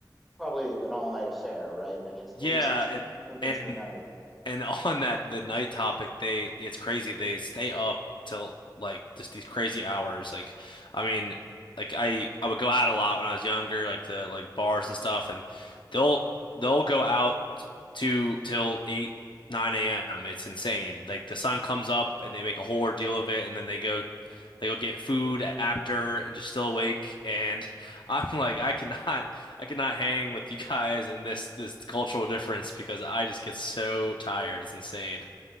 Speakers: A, in the centre; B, on the left.
A: probably an all night affair, right? Like it's
B: Yeah,
A: at least deep
B: and
A: deep
B: and
A: into the night.
B: And <laughs> on that, the night topic, they it's crazy. They stay up till like just these crazy hours. Like, I mean, like I I would go out a lot when I was younger, like to like bars and stuff, and they'll they'll go out to till eight, 9 a.m. It's insane. Like the sun comes up and they make a whole ordeal of it, and then they go they go get food after and just still awake. And <laughs> I'm like, I cannot. I cannot hang with you guys in this this cultural difference because I just get so tired. It's insane.